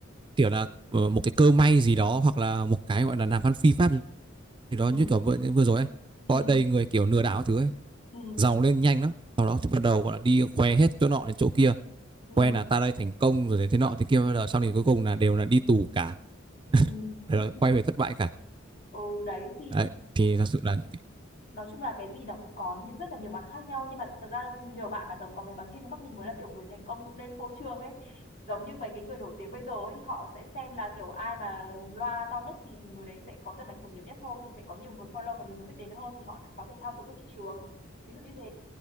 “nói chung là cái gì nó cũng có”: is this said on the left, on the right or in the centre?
Left